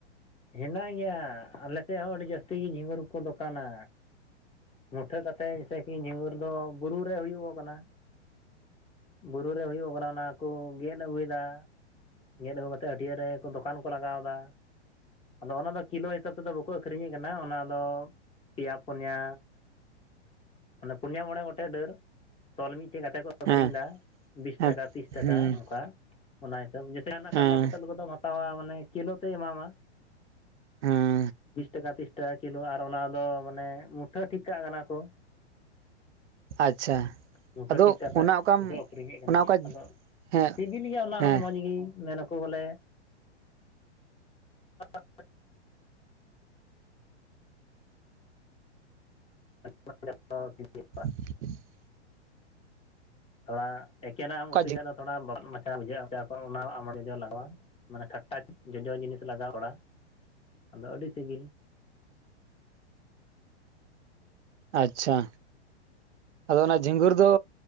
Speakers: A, on the left (about 15°); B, on the right (about 75°).
A: ᱦᱮᱱᱟᱜ ᱜᱮᱭᱟ ᱟᱞᱮ ᱥᱮᱫ ᱦᱚᱸ ᱟᱹᱰᱤ ᱡᱟᱹᱥᱛᱤ ᱡᱷᱤᱸᱜᱩᱨ ᱠᱚ ᱠᱚ ᱫᱚᱠᱟᱱᱟ᱾ ᱢᱩᱴᱷᱟᱹ ᱠᱟᱛᱮᱫ ᱡᱮᱭᱥᱮ ᱠᱤ ᱡᱷᱤᱸᱜᱩᱨ ᱫᱚ ᱵᱩᱨᱩ ᱨᱮ ᱦᱩᱭᱩᱜᱚᱜ ᱠᱟᱱᱟ᱾ ᱵᱩᱨᱩ ᱨᱮ ᱦᱩᱭᱩᱜ ᱠᱟᱱᱟ ᱚᱱᱟ ᱠᱩ ᱜᱮᱫ ᱟᱹᱜᱩᱭᱮᱫᱟ᱾ ᱜᱮᱫ ᱟᱹᱜᱩ ᱠᱟᱛᱮᱫ ᱦᱟᱹᱴᱭᱟᱹ ᱨᱮ ᱠᱩ ᱫᱚᱠᱟᱱ ᱠᱚ ᱞᱟᱜᱟᱣ ᱫᱟ᱾ ᱟᱫᱚ ᱚᱱᱟ ᱫᱚ ᱠᱤᱞᱳ ᱦᱤᱥᱟᱹᱵ ᱛᱮᱫᱚ ᱵᱟᱠᱚ ᱟᱹᱠᱷᱨᱤᱧᱮᱫ ᱠᱟᱱᱟ ᱚᱱᱟᱫᱚ ᱯᱮᱭᱟ, ᱯᱩᱱᱭᱟ ᱚᱱᱟ ᱯᱩᱱᱭᱟ, ᱢᱚᱬᱮ ᱜᱚᱴᱮᱡ ᱰᱟᱹᱨ ᱛᱚᱞ ᱢᱤᱫᱴᱮᱡ ᱠᱟᱛᱮ ᱠᱚ ᱟᱹᱠᱷᱨᱤᱧ
B: ᱦᱮᱸ
A: ᱫᱟ ᱵᱤᱥ
B: ᱦᱮᱸ
A: ᱴᱟᱠᱟ ᱛᱤᱥ ᱴᱟᱠᱟ
B: ᱦᱮᱸ
A: ᱚᱱᱠᱟ ᱚᱱᱟ ᱦᱤᱥᱟᱹᱵ ᱡᱮᱥᱮ ᱦᱟᱱᱟ ᱠᱟᱨᱞᱟ,
B: ᱦᱮᱸ
A: ᱯᱚᱴᱚᱞ ᱠᱚᱫᱚ ᱦᱟᱸ ᱦᱟᱛᱟᱣᱟ ᱢᱟᱱᱮ ᱠᱤᱞᱳ ᱛᱮᱭ ᱮᱢᱟᱢᱟ
B: ᱦᱮᱸ
A: ᱵᱤᱥ ᱴᱟᱠᱟ ᱛᱤᱥ ᱴᱟᱠᱟ ᱠᱤᱞᱳ ᱟᱨ ᱚᱱᱟ ᱫᱚ ᱢᱟᱱᱮ ᱢᱩᱴᱷᱟᱹ ᱴᱷᱤᱠ ᱠᱟᱜ ᱠᱟᱱᱟ ᱠᱚ
B: ᱟᱪᱪᱷᱟ᱾
A: ᱵᱩᱴᱟᱹ
B: ᱟᱫᱚ
A: ᱴᱷᱤᱠ ᱠᱟᱛᱮ
B: ᱚᱱᱟ ᱚᱠᱟᱢ
A: ᱠᱚ ᱟᱠᱷᱨᱤᱧᱮᱫ ᱠᱟᱱᱟ
B: ᱚᱱᱟ ᱚᱠᱟ
A: ᱟᱫᱚ
B: ᱦᱮᱸ
A: ᱥᱤᱵᱤᱞ ᱜᱮᱭᱟ ᱚᱱᱟ
B: ᱦᱮᱸ
A: ᱦᱚᱸ ᱢᱚᱡᱽ ᱜᱮ ᱢᱮᱱᱟᱠᱚ ᱵᱚᱞᱮ <unintelligible> <unintelligible>
B: <inaudible>
A: ᱛᱷᱚᱲᱟ ᱮᱠᱮᱱᱟᱜ ᱮᱢ
B: ᱚᱠᱟ
A: ᱩᱛᱩᱭ
B: ᱡᱷᱤ
A: ᱠᱷᱟᱡ ᱫᱚ ᱛᱷᱚᱲᱟ ᱵᱟᱵᱟᱫ ᱢᱟᱪᱷᱟ ᱵᱩᱡᱷᱟᱹᱜᱼᱟ ᱢᱚᱪᱟ ᱠᱚ ᱚᱱᱟ ᱟᱢ ᱡᱚᱡᱚ ᱞᱟᱜᱟᱣᱟᱢ ᱾ ᱢᱟᱱᱮ ᱠᱷᱟᱴᱴᱟ ᱡᱚᱡᱚ ᱡᱤᱱᱤᱥ ᱞᱟᱜᱟᱣ ᱵᱟᱲᱟ ᱟᱫᱚ ᱟᱹᱰᱤ ᱥᱤᱵᱤᱞ ᱾
B: ᱟᱪᱪᱷᱟ ᱟᱫᱚ ᱚᱱᱟ ᱡᱷᱤᱸᱜᱩᱨ ᱫᱚ